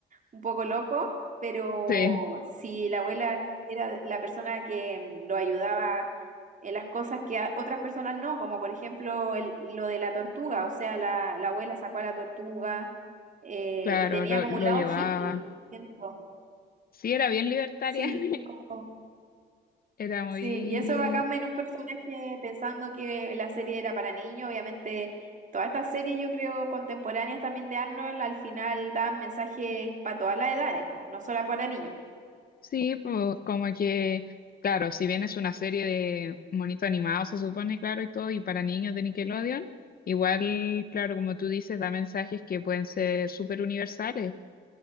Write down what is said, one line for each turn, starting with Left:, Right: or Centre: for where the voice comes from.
Right: un poco loco, pero
Left: Sí,
Right: si la abuela era la persona que mm, lo ayudaba en las cosas que a otras personas no, como por ejemplo el- lo de la tortuga, o sea, la, la abuela sacó a la tortuga eh,
Left: claro,
Right: y tenía
Left: lo,
Right: como
Left: lo
Right: un lado
Left: llevaba.
Right: hippie, siento.
Left: Sí, era bien libertaria.
Right: Sí,
Left: <laughs>
Right: como-
Left: Era muy...
Right: sí, y eso bacán en un personaje pensando que la serie era para niños, obviamente. Todas estas series, yo creo, contemporáneas también de Arnold, al final dan mensajes para todas las edades, pues, no solo para niños.
Left: Sí, pues como que, claro, si bien es una serie de monitos animados, se supone, claro, y todo, y para niños de Nickelodeon, igual, claro, como tú dices, da mensajes que pueden ser súper universales